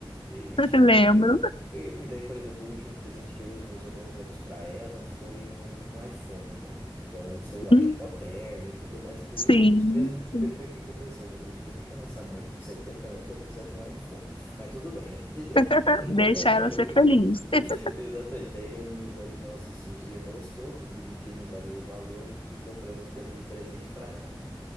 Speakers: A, on the left (about 25°); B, on the left (about 80°).
A: E,
B: <laughs>
A: e, tipo,
B: lembro.
A: e, e daí, por exemplo, o último presente que eu e os meus irmãos demos para ela foi um, um iPhone, né? Que é um celular
B: Hum,
A: já moderno e tudo mais. Inclusive,
B: Sim,
A: a gente mesmo de,
B: sim.
A: pe- pe- ficou pensando, né, meu Deus, por que que a nossa mãe com 70 anos vai precisar de um iPhone? Mas tudo bem, a gente deu.
B: <laughs>
A: <laughs>
B: Deixa ela ser feliz.
A: <laughs>
B: <laughs>
A: Exatamente. Aí reunimos ali nossos os irmãos todos, dividimos ali o valor e, e compramos e demos de presente para ela.